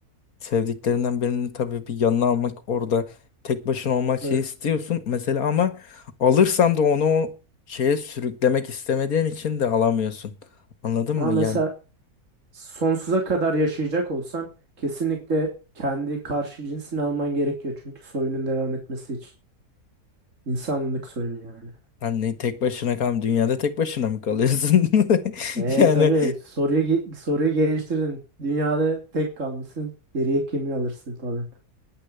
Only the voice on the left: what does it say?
Sevdiklerinden birini tabii bir yanına almak orada tek başına olmak
şey istiyorsun mesela ama alırsan da onu o şeye sürüklemek istemediğin için de alamıyorsun. Anladın
mı?
Yani
hani tek başına kal dünyada tek başına mı kalıyorsun? <laughs>
Yani